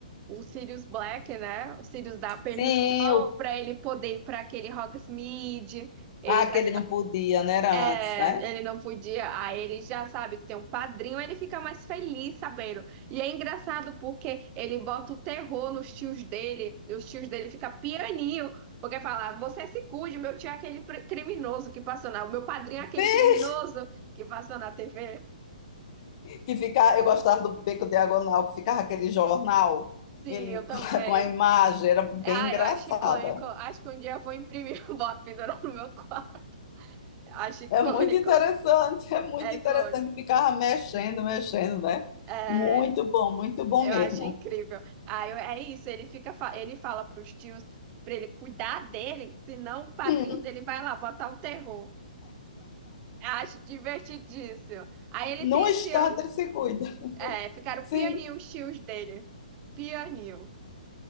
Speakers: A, on the right; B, on the left.
A: o Sirius Black, né? O Sirius dá permissão
B: Sim, o
A: pra ele poder ir pra aquele Hogsmeade. Ele
B: Ah,
A: já
B: que ele não podia, né? Era
A: é,
B: antes, né?
A: ele não podia, aí ele já sabe que tem um padrinho, ele fica mais feliz sabendo. E é engraçado porque ele bota o terror nos tios dele, e os tios dele ficam pianinho, porque fala, você se cuide, meu tio é aquele pre- criminoso que passou na... O meu padrinho
B: Sim,
A: é aquele criminoso que passou na TV.
B: Que fica, eu gostava do Beco Diagonal, que ficava aquele jornal,
A: Sim,
B: ele
A: eu também.
B: <laughs> com a imagem, era bem
A: Ah,
B: engraçada.
A: eu acho icônico. Acho que um dia eu vou imprimir <laughs> o boto pendurar no meu quarto. Acho icônico.
B: É muito interessante, é muito
A: É
B: interessante,
A: icônico.
B: que ficava mexendo, mexendo, né?
A: É,
B: Muito bom, muito bom
A: Eu
B: mesmo.
A: acho incrível. Aí eu- é isso, ele fica, fa- ele fala pros tios pra ele cuidar dele, senão o padrinho
B: Hum,
A: dele vai lá botar o terror. Acho divertidíssimo. Aí ele
B: não
A: tem
B: está,
A: esse ano,
B: ele se cuida.
A: é, ficaram
B: Sim,
A: pianinho os tios dele. Pianinho.